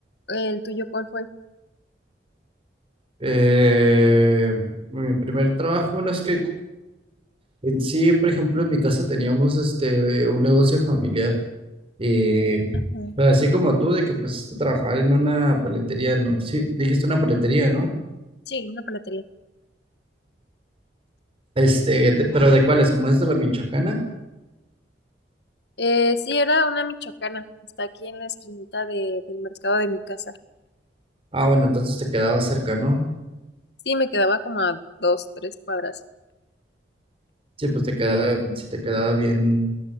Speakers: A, on the left; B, on the right.
A: ¿El tuyo cuál fue?
B: Eh, mi primer trabajo, bueno, es que en sí, por ejemplo, en mi casa teníamos este, un negocio familiar. Y
A: Ajá.
B: pues, así como tú, de que empezaste a trabajar en una paletería, ¿no? Sí, dijiste una paletería, ¿no?
A: Sí, una paletería.
B: Este, de- pero ¿de cuáles? ¿Cómo es de la Michoacana?
A: Eh, sí, era una michoacana. Está aquí en la esquinita de, del mercado de mi casa.
B: Ah, bueno, entonces te quedaba cerca, ¿no?
A: Sí, me quedaba como a dos, tres cuadras.
B: Sí, pues te quedaba, si te quedaba bien,